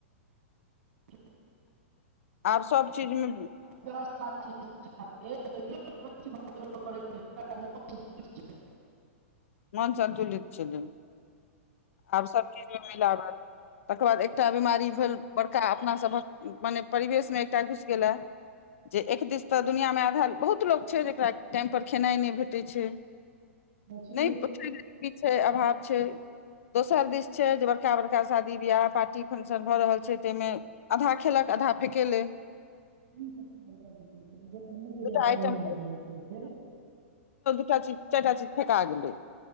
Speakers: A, on the right; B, on the left.
A: <unintelligible>
B: आब सब चीजमे
A: व्यवस्था <unintelligible> <unintelligible>
B: मन संतुलित छलै आब सब चीज मिल तकर बाद एकटा बिमारी भेल बड़का अपनासभक मने परिवेशमे एकटा घुस गेलए जे एक दिस तऽ दुनिआँमे आधा बहुत लोक छै जकरा टाइमपर खेनाइ नहि भेटै छै
A: छै
B: नहि की छै अभाव छै दोसर दिस छै जे बड़का बड़का शादी बियाह पार्टी फंक्शन भऽ रहल छै ताहिमे आधा खेलक आधा फ़ेके ले
A: ई सब भड़का द छै अनके
B: दूटा
A: जे अपमान
B: आइटम
A: जे भ छै
B: चटा चीज चारटा चीज ठेका गेलै